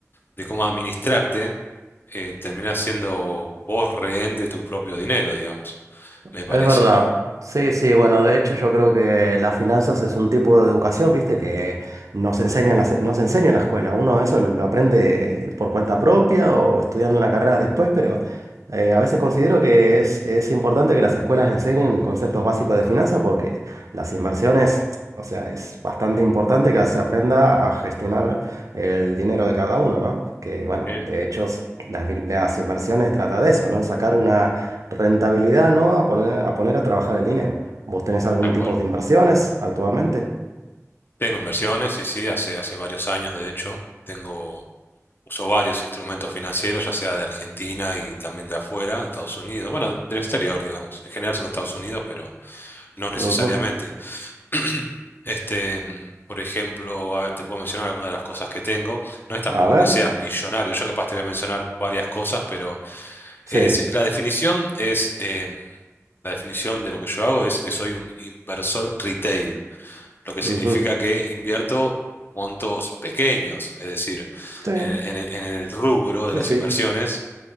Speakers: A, on the left (about 40°); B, on the right (about 80°).
A: de cómo administrarte, eh, terminás siendo vos rehén de tu propio dinero, digamos,
B: Es
A: me parece.
B: verdad. Sí, sí, bueno, de hecho yo creo que las finanzas es un tipo de educación, viste, que nos enseña en la, se- nos enseña en la escuela. Uno eso lo, lo aprende por cuenta propia o estudiando una carrera después, pero eh, a veces considero que es, es importante que las escuelas enseñen conceptos básicos de finanzas porque las inversiones, o sea, es bastante importante que se aprenda a gestionar el dinero de cada uno, ¿no? Que bueno,
A: Sí.
B: de hecho s- las, fin- las inversiones trata de eso, ¿no? Sacar una Rentabilidad, ¿no? A poner a poner a trabajar el dinero. ¿Vos tenés algún
A: Tal cual.
B: tipo de inversiones actualmente?
A: Tengo inversiones, y sí, sí, hace, hace varios años, de hecho, tengo... Usó varios instrumentos financieros, ya sea de Argentina y también de afuera, de Estados Unidos, bueno, del exterior, digamos. En general son de Estados Unidos, pero no necesariamente.
B: Ujú.
A: <clears throat> Este, mm, por ejemplo, a ver, te puedo mencionar algunas de las cosas que tengo. No es tampoco
B: A ver,
A: que sea millonario, yo capaz te voy a mencionar varias cosas, pero es-
B: sí.
A: la definición es, em, la definición de lo que yo hago es que soy un inversor retail lo que significa
B: Ujú.
A: que invierto montos pequeños, es decir,
B: Sí,
A: en, el- en el en el rubro de
B: sí,
A: las
B: sí.
A: inversiones